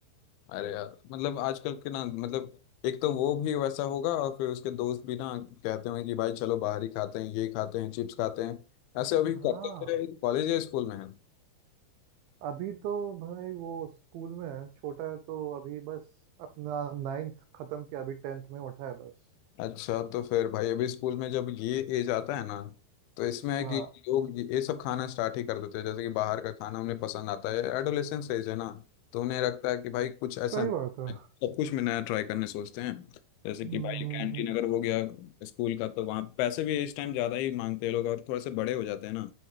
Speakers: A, on the left; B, on the right.
A: अरे यार मतलब आजकल के ना मतलब एक तो वो भी वैसा होगा और फिर उसके दोस्त भी ना कहते होंगे कि भाई चलो बाहर ही खाते हैं ये खाते हैं चिप्स खाते हैं ऐसे अभी
B: हाँ
A: करते कॉलेज या स्कूल में है
B: अभी तो भाई वो स्कूल में है छोटा है तो अभी बस अपना नाइन्थ खत्म किया अभी टेंथ में उठा है बस
A: अच्छा तो फिर भाई अभी स्कूल में जब ये एज आता है ना तो इसमें है
B: हाँ
A: कि लोग ये ये सब खाना स्टार्ट ही कर देते हैं जैसे कि बाहर का खाना उन्हें पसंद आता है एडोलेसेंस एज है ना तो उन्हें लगता है कि भाई कुछ ऐसा
B: सही
A: नहीं
B: बात है
A: है। सब कुछ में नया ट्राई करने सोचते हैं जैसे
B: हम्म
A: कि भाई
B: हम्म,
A: कैंटीन
B: हम्म।
A: अगर हो गया स्कूल का तो वहाँ पैसे भी इस टाइम ज़्यादा ही मांगते हैं लोग और थोड़े से बड़े हो जाते हैं ना